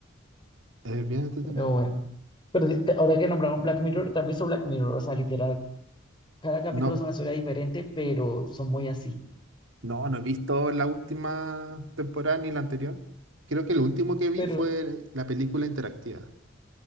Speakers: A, on the right (about 75°); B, on the left (about 25°).
A: Es bien entretenido.
B: Pero bueno. Pero sí, te- ahora que nombraron Black Mirror, ¿te has visto Black Mirror? O sea, literal, cada capítulo
A: No.
B: es una historia diferente, pero son muy así.
A: No, no he visto la última temporada ni la anterior. Creo que lo último que vi
B: Pero,
A: fue la película interactiva.